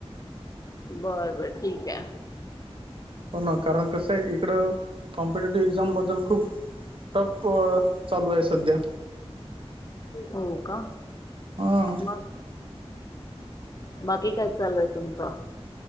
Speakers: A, on the left; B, on the right.
A: बर बर ठीक आहे.
B: हो ना कारण कसं आहे इकडं कॉम्पिटेटिव्ह एक्झाम बद्दल खूप, टप चालू आहे सध्या.
A: हो का
B: हां
A: मग, बाकी काय चाललंय तुमचं.